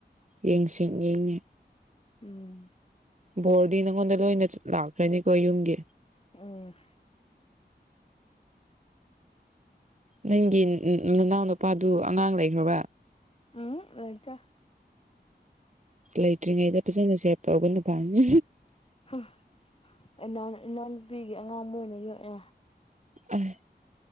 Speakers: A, on the right; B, on the left.
A: ꯌꯦꯡꯁꯤ ꯌꯦꯡꯉꯦ
B: ꯎꯝ꯫
A: ꯕꯣꯔꯗꯤ ꯅꯪꯉꯣꯟꯗ ꯂꯣꯏꯅ ꯆꯠ ꯂꯥꯛꯇꯣꯢꯅꯤꯀꯣ ꯌꯨꯝꯒꯤ
B: ꯎꯝ꯫
A: ꯅꯪꯒꯤ ꯅꯅꯥꯎ ꯅꯨꯄꯥꯗꯨ ꯑꯉꯥꯡ ꯂꯩꯈ꯭ꯔꯥꯕ꯭ꯔꯥ
B: ꯎꯝ ꯂꯩꯇꯦ
A: ꯂꯩꯇ꯭ꯔꯤꯉꯩꯗ ꯐꯖꯅꯥ ꯁꯦꯞ ꯇꯧꯕ ꯅꯨꯄꯥꯅꯤ
B: ꯍꯥ ꯏꯅꯥꯎ ꯏꯅꯥꯎꯅꯨꯄꯤꯒꯤ ꯑꯉꯥꯡ ꯑꯃ ꯑꯣꯏꯅ ꯌꯣꯛꯑꯦ
A: ꯑꯥꯏ